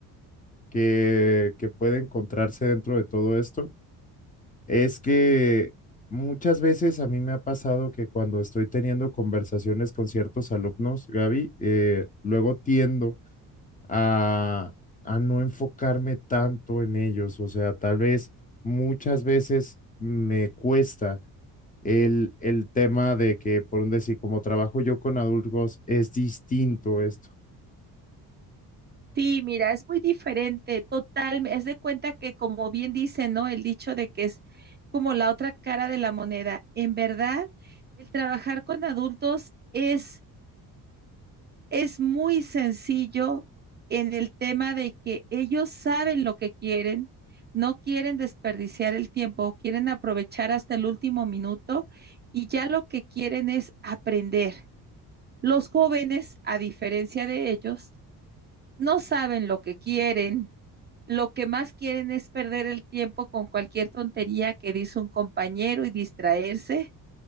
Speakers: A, on the left; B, on the right.
A: que, que puede encontrarse dentro de todo esto Es que muchas veces a mí me ha pasado que cuando estoy teniendo conversaciones con ciertos alumnos, Gaby, eh, luego tiendo a, a no enfocarme tanto en ellos. O sea, tal vez muchas veces me cuesta el, el tema de que, por un decir, como trabajo yo con adultos, es distinto esto.
B: Sí, mira, es muy diferente, total, es de cuenta que como bien dice, ¿no? El dicho de que es como la otra cara de la moneda. En verdad, el trabajar con adultos es es muy sencillo en el tema de que ellos saben lo que quieren, no quieren desperdiciar el tiempo, quieren aprovechar hasta el último minuto y ya lo que quieren es aprender. Los jóvenes, a diferencia de ellos, no saben lo que quieren. Lo que más quieren es perder el tiempo con cualquier tontería que dice un compañero y distraerse